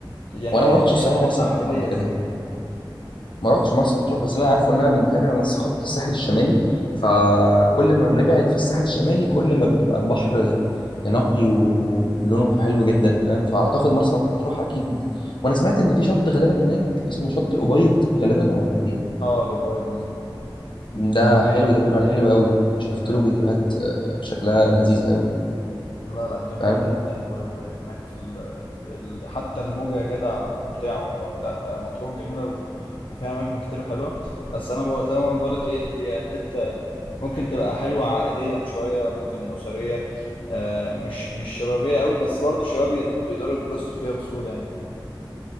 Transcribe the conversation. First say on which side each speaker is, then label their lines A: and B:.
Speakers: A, on the left; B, on the left.
A: يعني
B: وانا ما رحتش
A: هي
B: الساحل مرسى
A: حتة عائلية
B: مطروح قبل كده
A: شوية
B: ما رحتش مرسى مطروح بس اللي انا عارفه انها منتهيه على نفس خط الساحل الشمالي فكل ما بنبعد في الساحل الشمالي كل ما بيبقى البحر نقي ولونه
A: مظبوط.
B: حلو جدا فاهم فاعتقد مرسى مطروح اكيد وانا سمعت ان في شط غالبا هناك اسمه شط الابيض غالبا ولا ايه
A: اه الأوبايد مظبوط
B: ده حلو ده بيقولوا عليه حلو قوي شفت
A: لا
B: له فيديوهات آه، شكلها لذيذ قوي يعني
A: لا لا جميل
B: فاهم
A: جدا و- وهناك ال... ال... حتى الموجة يا جدع ممتعة والله لا آه، مطروح جميلة و... وفيها أماكن كتير حلوة بس أنا بق... زي ما بقول لك إيه هي حتة ممكن تبقى حلوة عائليا شوية ممكن أسرية آه مش مش شبابية قوي بس برضو الشباب يد- يقدروا يتبسطوا فيها بسهولة يعني